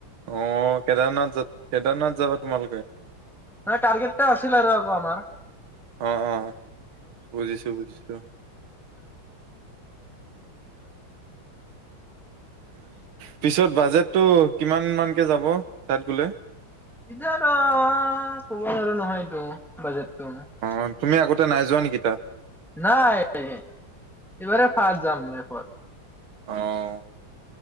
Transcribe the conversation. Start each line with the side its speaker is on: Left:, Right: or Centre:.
Right: অ কেদাৰনাথ যত কেদাৰনাথ যাবা তোমালোকে।
Centre: নাই টাৰ্গেট টো আছিল আৰু আমাৰ
Right: অ অ বুজিছো বুজিছোঁ। পিছত বাজেটটো কিমান মানকে যাব তাত গ'লে।
Centre: কব পৰা নাযায় নহয়টো বাজেটটো।
Right: অ তুমি আগতে নাই যোৱা নেকি তাত?
Centre: নাই এইবাৰে ফাৰ্ষ্ট যাম লাইফত।
Right: অ